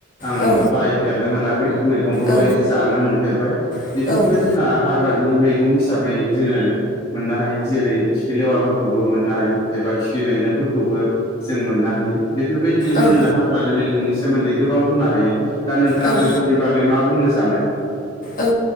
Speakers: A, on the left; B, on the left.
A: आं
B: औ
A: बायनोनो मोनाखै फ्राय मैगंखौलाय
B: औ
A: जानो मोनफेरबाय
B: ओं
A: बेफोरबो
B: ओं
A: जोंहा हाग्रानि मैगं हिसाबै जोङो मोननो हायो जेरै खिफिलेवाफोरखौबो मोननो हायो एबा खिफि बेन्दोंफोरखौबो जों मोननो हायो बेफोरबायदिनो
B: ओं
A: जोङो हाग्रानि मैगंनि सोमोन्दै गोबां बुंनो हायो दा नोंथाङा
B: ओं
A: बेफोरनि बागै मा बुंनो सानो
B: ओ